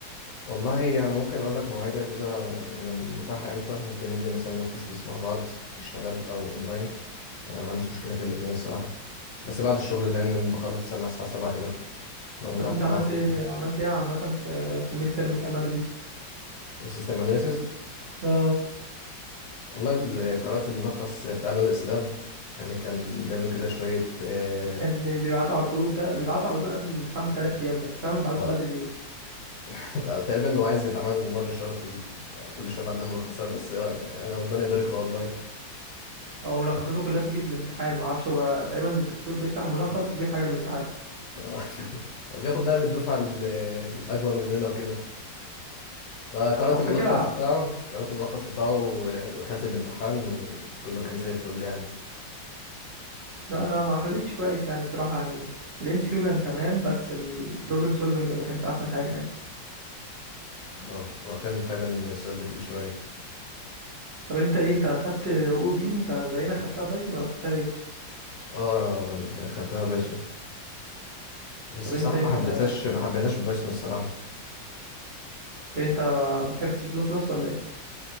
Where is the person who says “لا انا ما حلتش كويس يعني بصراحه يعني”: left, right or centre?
Right